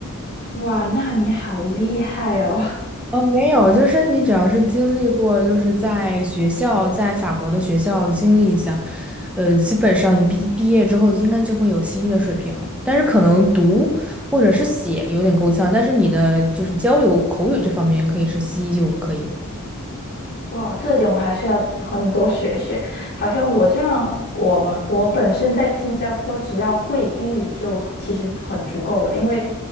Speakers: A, on the left; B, in the centre.
A: 哇，那你好厉害哦！
B: 哦，没有，就是你只要是经历过，就是在学校，在法国的学校经历一下，呃，基本上你毕毕业之后应该就会有西医的水平，但是可能读或者是写有点够呛，但是你的就是交流口语这方面可以是西医就可以。
A: <laughs> 哇，这点我还是要和你多学学。好像我这样，我们我本身在新加坡，只要会英语就其实很足够了。因为